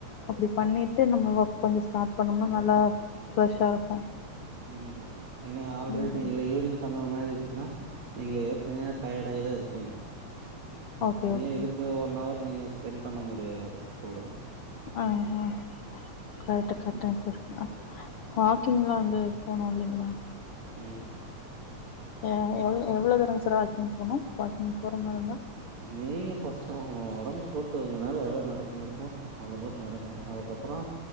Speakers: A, on the left; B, on the right.
A: அப்டி பண்ணிட்டு நம்ம ஒர்க் கொஞ்ச ஸ்டார்ட் பண்ணம்னா நல்லா ஃப்ரெஷ்ஷா இருக்கு
B: ம் ஏன்னா ஆல்ரெடி
A: ம்
B: இல்ல ஈவிங் பண்ற மாரி இன்ச்சினா நீங்க ஏற்கனே டயடாயிதா இருப்பீங்க அப்ற
A: ஓகே
B: தனியா
A: ஓகே
B: எதுக் ஒன் ஹவர் நீங்க ஸ்பெண்ட் பண்ண முடியாது அதுக்கு சொல்ற
A: ஆ ஹ கரெக்ட் கரெட்டுங்க
B: ம்
A: சார் வாக்கிங்லா வந்து போனு இல்லைங்களா
B: ம்
A: ஆ எவ்ளோ எவ்வளோ தூரங்க சார் வாக்கிங் போனும் வாக்கிங் போறமாரி இருந்தா
B: நீங்க பர்ஸ்ட் ஒங்க ஒடம்பு பொறுத்து உங்களால எவ்ளோ நடக்க முடியுமோ அவ்ளவு தூரோ நடங்க அதுக்கப்பறம்